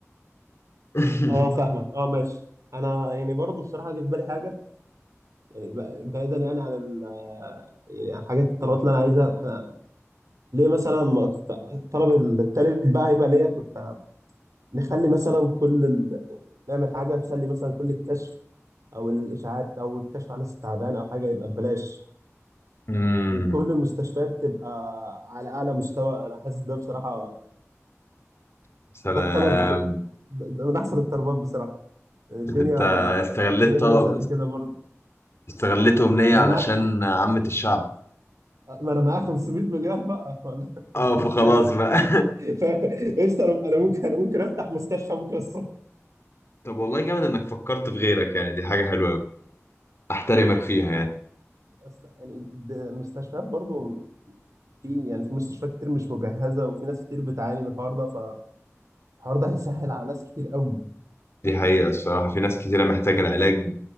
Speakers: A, on the left; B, on the right.
A: <laughs>
B: اه فاهمك اه ماشي انا يعني برضه بصراحه جه في بالي حاجه يعني ب- بعيدا يعني عن ال يعني عن حاجات الطلبات اللي انا عايزها احنا ليه مثلا ما ت- الطلب التالت بقى هيبقى ليا كنت نخلي مثلا كل ال... نعمل حاجه تخلي مثلا كل الكشف او الاشاعات او الكشف عن الناس التعبان او حاجه يبقى ببلاش
A: امم
B: وكل المستشفيات تبقى على اعلى مستوى انا حاسس ده بصراحه
A: سلام
B: ده الطلب ده ده من احسن الطلبات بصراحه يعني الدنيا
A: ده انت استغلت
B: الدنيا هنا
A: طلب
B: مش قد كده برضه
A: استغلت امنية
B: ما
A: علشان
B: انا
A: عامة الشعب
B: ما انا معايا 500 مليون بقى ولا 500
A: اه فخلاص
B: مليون
A: بقى <laughs>
B: <laughs> فقشطه انا أنا ممكن انا ممكن افتح مستشفى بكره الصبح
A: طب والله جامد انك فكرت في غيرك يعني دي حاجه حلوه قوي احترمك فيها يعني
B: اصل يعني د- المستشفيات برضو في يعني في مستشفيات كتير مش مجهزه وفي ناس كتير بتعاني من الحوار ده فالحوار ده هيسهل على ناس كتير قوي
A: دي حقيقه الصراحه في ناس كتيره محتاجه العلاج